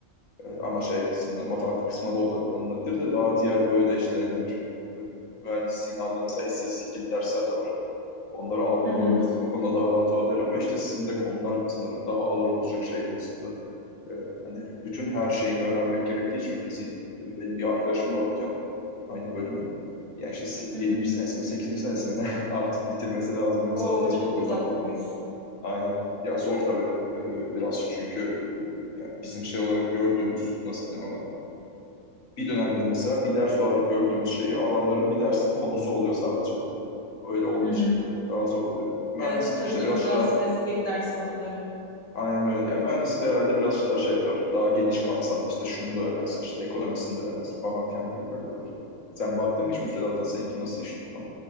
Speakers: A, on the left; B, on the left.
A: Ee, ama şey kısmına, matematik kısmına da odaklanılabilir de daha diğer böyle işte ne denir? Ee, mühendisliğin aldığı mesela istatistik gibi dersler de var. Onları almıyor
B: hı hı,
A: olabilirsin. O konuda daha rahat olabilir ama işte sizin de konular sanırım daha ağır olacak şey konusunda. E, hani bütün her şeyini öğrenmek gerektiği için fiziğin. E, benim bir arkadaşım var okuyan aynı bölümü. Yani işte
B: hı
A: yedinci
B: hı.
A: senesi mi 8. senesi mi ne <laughs> artık bitirmesi lazım yoksa
B: Oo
A: atılacak
B: çok
A: okuldan
B: uzatmış.
A: falan. Aynen. Ya zor tabii e, birazcık çünkü e, ya bizim şey olarak gördüğümüz nasıl denir ona? Bir dönemde mesela bir ders olarak gördüğümüz şeyi adamların bir dersin konusu oluyor sadece. Öyle olduğu
B: Hı
A: için
B: hı.
A: tabii daha zor oluyor. Mühendisliğin
B: Evet tabii
A: işte
B: çok
A: biraz
B: daha
A: daha
B: spesifik ders konuları.
A: Aynen öyle. Yani mühendislik herhalde biraz daha şey yapıyor. Daha geniş kapsamlı işte şunu da öğrensin, işte ekonomisini de öğrensin falan filan diye ilerliyorlar. Sen baktın mı hiç müfredata seninki nasıl işliyor tam?